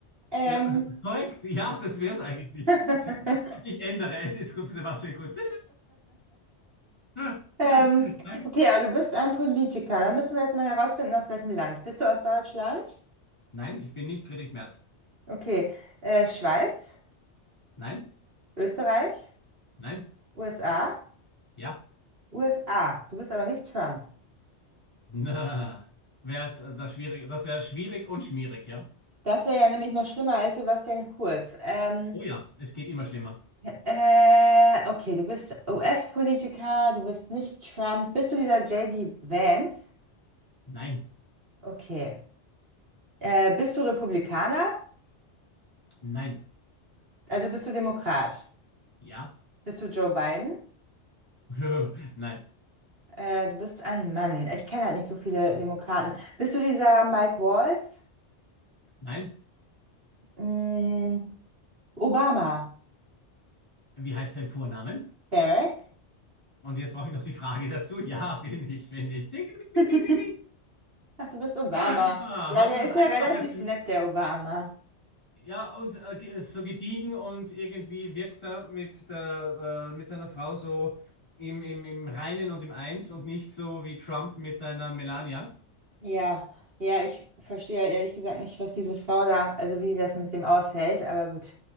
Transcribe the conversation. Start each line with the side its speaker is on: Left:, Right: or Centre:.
Right: Ähm.
Left: Ja, <laughs> äh, korrekt. Ja, das wäre es eigentlich.
Right: <laughs>
Left: <laughs> Ich ändere. Es ist gut, Sebastian Kurz. <laughs>
Right: ähm,
Left: Nein,
Right: okay, aber du bist ein Politiker. Dann müssen wir jetzt mal herausfinden, aus welchem Land. Bist du aus Deutschland?
Left: nein, ich bin nicht Friedrich Merz.
Right: Okay, äh, Schweiz,
Left: Nein,
Right: Österreich,
Left: nein,
Right: USA,
Left: ja.
Right: USA. Du bist aber nicht Trump.
Left: <laughs> Na, wär's, äh, das schwierig, das wäre schwierig und schmierig, ja.
Right: Das wäre ja nämlich noch schlimmer als Sebastian Kurz. Ähm,
Left: Oh ja, es geht immer schlimmer.
Right: äh, okay, du bist US-Politiker, du bist nicht Trump. Bist du dieser JD Vance?
Left: Nein.
Right: Okay. Äh, bist du Republikaner?
Left: Nein.
Right: Also bist du Demokrat?
Left: Ja.
Right: Bist du Joe Biden?
Left: <laughs> Nein.
Right: Äh, du bist ein Mann. Ich kenne halt nicht so viele Demokraten. Bist du dieser Mike Waltz?
Left: Nein.
Right: Mm, Obama?
Left: Wie heißt dein Vorname?
Right: Barack?
Left: Und jetzt brauche ich noch die Frage dazu. Ja, bin ich, bin ich. Ding, ding, ding,
Right: <laughs>
Left: ding, ding, ding.
Right: Ach, du bist Obama.
Left: ding. Ah,
Right: Ja,
Left: hast
Right: der
Left: du was
Right: ist
Left: Einfaches?
Right: ja relativ nett, der Obama.
Left: Ja, und äh, ge- äh, so gediegen und irgendwie wirkt er mit der, äh, mit seiner Frau so im, im, im Reinen und im Eins und nicht so wie Trump mit seiner Melania.
Right: Ja, ja, ich verstehe ja ehrlich gesagt nicht, was diese Frau da, also wie die das mit dem aushält, aber gut,